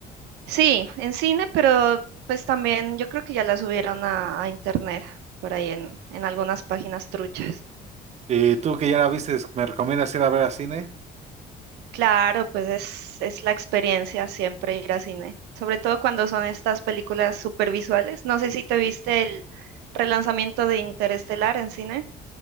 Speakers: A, on the right (about 80°); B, on the right (about 40°).
A: Sí, en cine, pero pues también yo creo que ya la subieron a, a internet, por ahí en, en algunas páginas truchas.
B: Y tú que ya la viste, ¿me recomiendas ir a ver a cine?
A: Claro, pues es, es la experiencia siempre ir a cine, sobre todo cuando son estas películas supervisuales. No sé si te viste el relanzamiento de Interestelar en cine.